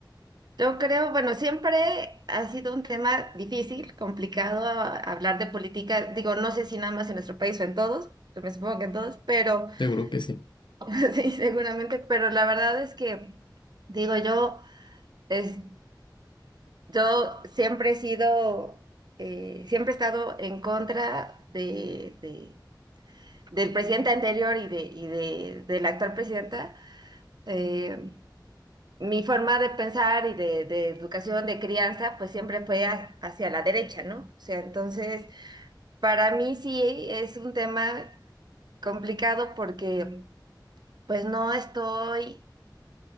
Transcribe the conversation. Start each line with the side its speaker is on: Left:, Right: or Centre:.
Right: yo creo, bueno, siempre ha sido un tema difícil, complicado a- hablar de política. Digo, no sé si nada más en nuestro país o en todos, yo me supongo que en todos, pero
Left: Seguro que sí.
Right: <laughs> sí, seguramente, pero la verdad es que, digo, yo, es, yo siempre he sido, eh, siempre he estado en contra de, de- del presidente anterior y de, y de, de la actual presidenta. Eh, mi forma de pensar y de, de educación, de crianza, pues siempre fue ha- hacia la derecha, ¿no? O sea, entonces, para mí sí es un tema complicado porque pues no estoy